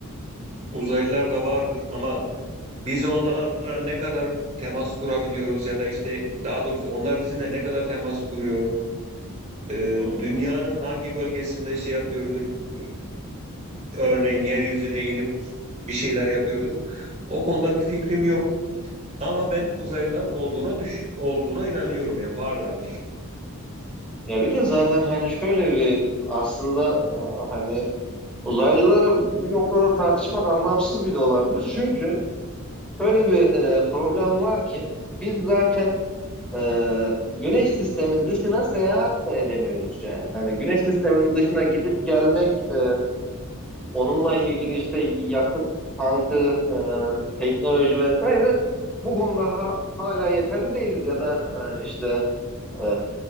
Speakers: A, on the right; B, in the centre.
A: Uzaylılar da vardır ama biz onlarla ne kadar temas kurabiliyoruz ya da işte daha doğrusu onlar bizimle ne kadar temas kuruyor? Ee,
B: hı hı,
A: dünyanın hangi bölgesinde şey yapıyordur? Ee, Örneğin yeryüzüne inip bir şeyler yapıyordur. O konuda bir fikrim yok. Ama ben
B: hı hı.
A: uzaylıların olduğuna düş olduğuna inanıyorum yani varlardır.
B: Ya bir de zaten hani şöyle bir aslında e, hani uzaylıları bir noktada tartışmak anlamsız bile olabilir. Çünkü şöyle bir e, problem var ki biz zaten Ee, güneş sistemin dışına seyahat da edemiyoruz yani. Hani güneş sisteminin dışına gidip gelmek, e, onunla ilgili işte yakıt tankı, e, teknoloji vesaire bu konuda ha- hala yeterli değiliz. Ya da e, işte e,